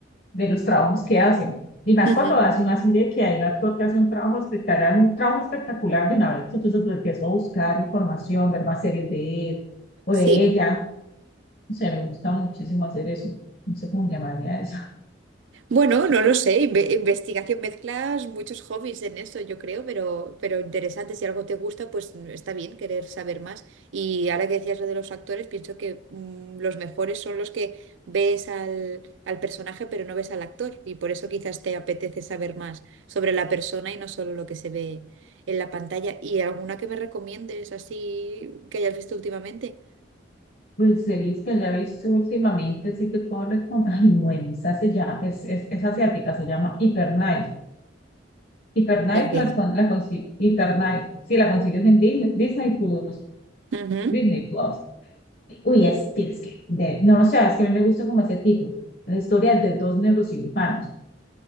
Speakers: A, on the left (about 50°); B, on the right (about 80°).
A: de los trabajos que hacen. Y más
B: Ujú,
A: cuando hace una serie que hay un actor que hace un trabajo espectacular, un trabajo espectacular de una vez, entonces pues, empiezo a buscar información, ver más series de él o
B: Sí.
A: de ella. O sea, me gusta muchísimo hacer eso. No sé cómo llamaría eso. <laughs>
B: Bueno, no lo sé, inve- investigación, mezclas muchos hobbies en eso, yo creo, pero, pero interesante, si algo te gusta, pues mm, está bien querer saber más. Y ahora que decías lo de los actores, pienso que mm, los mejores son los que ves al, al personaje, pero no ves al actor, y por eso quizás te apetece saber más sobre la persona y no solo lo que se ve en la pantalla. ¿Y alguna que me recomiendes así que hayas visto últimamente?
A: Pues series que haya visto últimamente, sí que puedo recomendar. <laughs> Ay, Bueno, esa se llama, es, es, es asiática, se llama Hyperknife. Hyperknife,
B: Ni idea.
A: las, con- la, consi- Hyper Knife, sí, la consigues en Disney Disney Plus.
B: Ujú.
A: Disney Plus. Uy, es, tienes que, de- no lo sé, es que a mí me gusta como ese tipo, la historia de dos neurocirujanos,